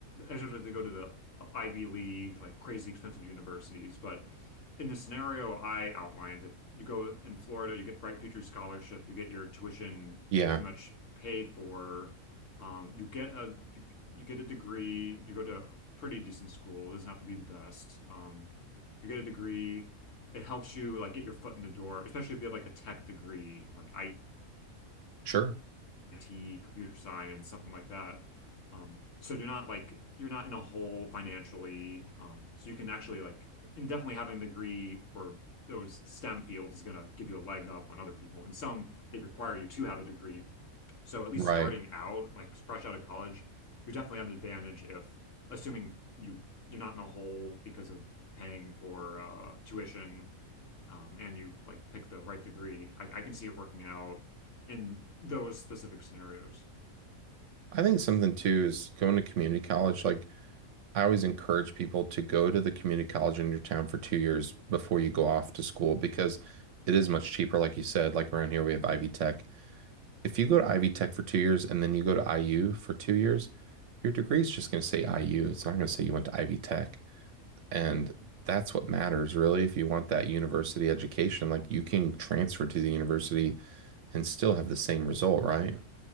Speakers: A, on the left; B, on the right.
A: especially if they go to the Ivy League, like crazy expensive universities. But in the scenario I outlined, if you go in Florida, you get Bright Futures Scholarship, you get your tuition
B: Yeah.
A: pretty much paid for. Um, you get a you, you get a degree. You go to a pretty decent school. It doesn't have to be the best. Um, you get a degree it helps you like get your foot in the door, especially if you have like a tech degree, like
B: Sure.
A: IT, computer science, something like that. Um, so you're not like you're not in a hole financially. Um, so you can actually like and definitely having a degree for those STEM fields is gonna give you a leg up on other people. And some they require you to have a degree. So at least
B: Right.
A: starting out, like fresh out of college, you definitely have an advantage if assuming you you're not in a hole because of paying for uh, tuition um, and you like pick the right degree, I, I can see it working out in those specific scenarios.
B: I think something too is going to community college. Like I always encourage people to go to the community college in your town for two years before you go off to school because it is much cheaper. Like you said, like around here we have Ivy Tech. If you go to Ivy Tech for two years and then you go to IU for two years, your degree is just going to say IU. It's not going to say you went to Ivy Tech. And that's what matters really. If you want that university education, like you can transfer to the university and still have the same result, right?